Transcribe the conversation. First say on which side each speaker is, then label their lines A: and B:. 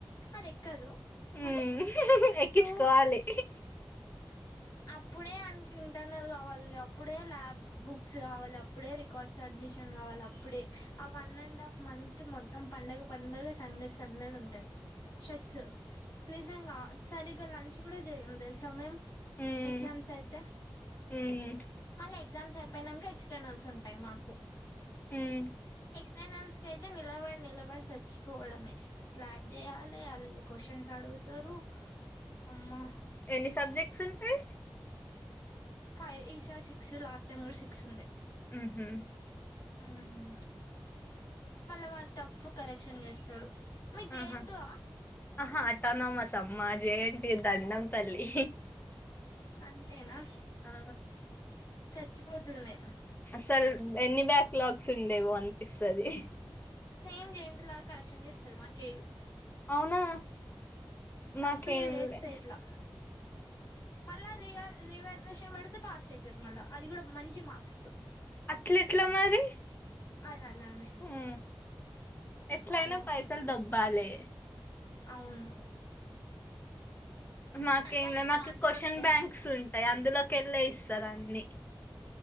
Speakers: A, on the left; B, on the left.
A: అది ఎక్కదు కానీ
B: ఉం ఎక్కించుకోవాలి.
A: టూ అప్పుడే అన్ ఇంటర్నల్ కావాలి అప్పుడే ల్యాబ్ బుక్స్ కావాలి అప్పుడే రికార్డ్స్ సడ్మిషన్ కావాలి అప్పుడే ఆ వన్ అండ్ హాఫ్ మంత్ మొత్తం పండుగ పండుగ సందడి సందడి ఉంటది స్ట్రెస్ నిజంగా సరిగా లంచ్. లంచ్ కూడా చేయము తెలుసా మేమ్
B: హ్మ్
A: ఎగ్జామ్స్ అయితే
B: హ్మ్
A: మళ్ళీ ఎగ్జామ్స్ అయిపోయినంక ఎక్ స్టర్నల్స్ ఉంటాయి మాకు
B: హ్మ్
A: ఎక్స్టార్నల్స్ కి అయితే నిలబడి నిలబడి చచ్చిపోవడమే లాబ్ చేయాలి అల్ క్వశ్చన్స్ ఆడుగు అడుగుతారు అమ్మ
B: ఎన్ని సబ్జెక్ట్స్ ఉంటాయి
A: ఫైవ్ ఈష సిక్స్ లాస్ట్ టైమ్ కూడా సిక్స్ ఉండే.
B: ఉహుం
A: ఉహుహు మళ్ళ వాడు టఫ్ కరెక్షన్ చేస్తాడు మీ జేఎన్‌టూ
B: ఆహా
A: ఆ
B: ఆహా అట్టానమాసం మా జెఎన్‌టు దండం తల్లి
A: అంతేనా
B: ఆ
A: చచ్చిపోతునే
B: అసలు ఎన్ని బ్యాక్ లాగ్స్ ఉండేవో అనిపిస్త స్తది
A: సేమ్ జెంట్ లాగా కరెక్షన్ చేస్తారు మాకేయూ
B: అవునా
A: సప్లీలు
B: మాకేం
A: లేస్తాయి
B: లే
A: ఇట్లా మళ్ళా రివ పెడితే పాస్ అవుతారు మళ్ళా అది కూడా మంచి మార్క్స్ తో
B: అట్లేట్లా మరి
A: అది అలానే
B: ఉం ఎట్లాయినా
A: చాలా
B: పైసలు దబ్ బాలే
A: అవును
B: మాకేం
A: వాళ్ళ
B: లే మాకు
A: కాన్సెప్టే
B: క్వశ్చన్ బ్యాంక్స్ ఉంటాయి అందులో కెళ్లే ఇస్తారు అన్ని